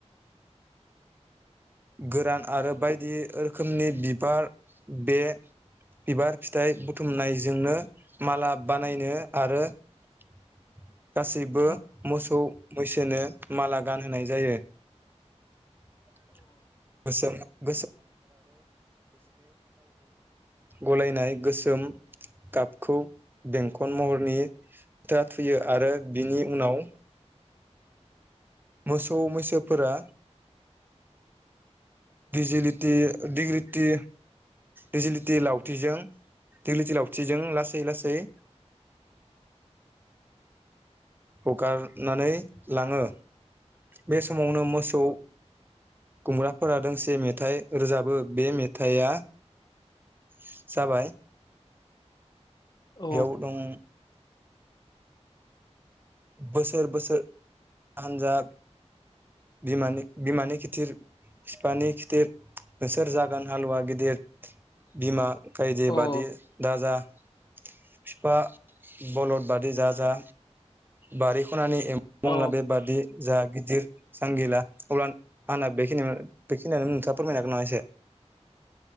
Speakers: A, on the right (about 15°); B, on the left (about 35°).
A: गोरान आरो बायदि रोखोमनि बिबार बे बिबार फिथाइ बुथुमनायजोंनो माला बानायनो आरो। <inaudible> गासैबो
B: औ
A: मोसौ मैसोनो माला गानहोनाय जायो। <unintelligible> गलायनाय गोसोम गाबखौ बेंखन महरनि था थुयो आरो बिनि उनाव मोसौ मैसोफोरा दिजिलिटि दिगरिटि दैजिलिटि लावथिजों दैलिटि लावथिजों लासै लासै <unintelligible> हगारनानै लाङो बे समावनो मोसौ खुमब्राफोरा दोंसे मेथाइ रोजाबो बे मेथाइआ जाबाय।
B: औ
A: बेयाव
B: औ
A: दं। बोसोर बोसोर हानजा। बिमानि बिमानि खिथिर फिफानि खिथिर। नोंसोर जागोन हालुवा गिदिर बिमा गायदे
B: औ
A: बादि दाजा। फिफा बलद बादि जा जा बारि। खनानि एम्बु
B: औ
A: बंला बेबादि जा गिदिर जांगिला अब्ला आंना बेखिनियाव बेखिनियावनो नोंथाङा फोरमायनो हागोन नामा एसे।